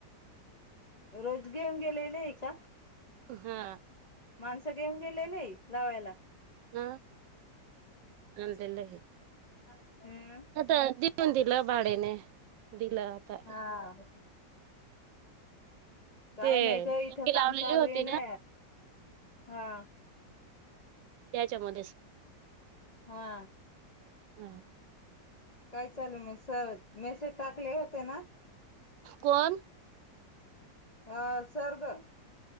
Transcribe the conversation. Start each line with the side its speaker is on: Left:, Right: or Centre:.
Left: रोज घेऊन गेलेले आहे का?
Right: हा.
Left: माणसं घेऊन गेलेले लावायला.
Right: हा नांदेला
Left: हम्म
Right: आता दिऊन दिलं भाडेने दिलं आता.
Left: हा काही
Right: ते
Left: नाही ग इथं काम
Right: लावलेली
Left: चालू
Right: होती
Left: ये ना हा.
Right: त्याच्यामध्येच
Left: हा
Right: हा
Left: काय चालू मी सर मेसेज टाकले होते ना?
Right: कोण?
Left: आ सर गं